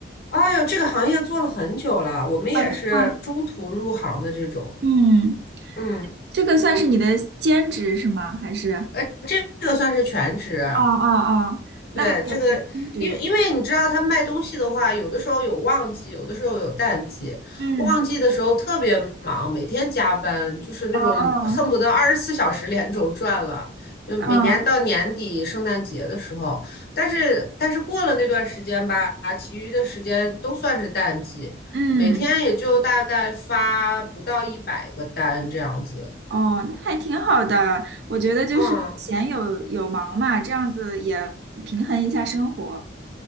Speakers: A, on the left; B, on the right.
A: 哎呦，这个行业做了很久了，我们也是中途入行的这种。
B: 啊，是吗嗯，
A: 嗯，
B: 这个算是你的兼职是吗？还是？
A: 呃，这个算是全职，
B: 哦哦哦，那还有一个兼职，
A: 对，这个，因为因为你知道，他卖东西的话，有的时候有旺季，有的时候有淡季。
B: 嗯，
A: 旺季的时候特别忙，每天加班，就是那种恨不得二十四小时连轴转了。
B: 哦，
A: 就每年到年底圣诞节的时候，
B: 哦，
A: 但是但是过了那段时间吧，其余的时间都算是淡季，
B: 嗯，
A: 每天也就大概发不到一百个单这样子。
B: 哦，那还挺好的。我觉得就是有闲有有忙嘛，
A: 嗯，
B: 这样子也平衡一下生活。